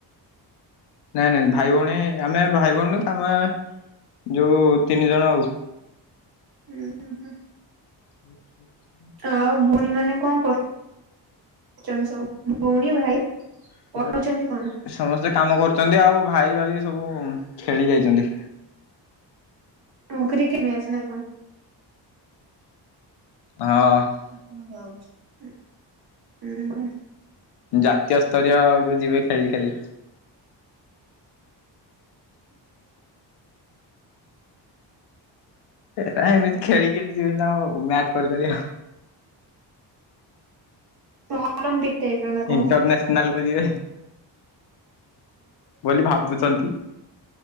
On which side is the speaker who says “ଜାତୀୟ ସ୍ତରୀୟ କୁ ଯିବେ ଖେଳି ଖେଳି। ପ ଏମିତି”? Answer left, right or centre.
Left